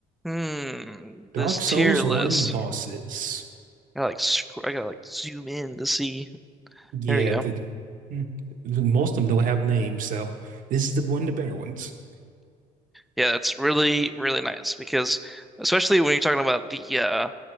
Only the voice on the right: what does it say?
Dark
Souls
1 bosses.
Yeah,
the, mm, most of them don't have names, so this is the one of the better ones.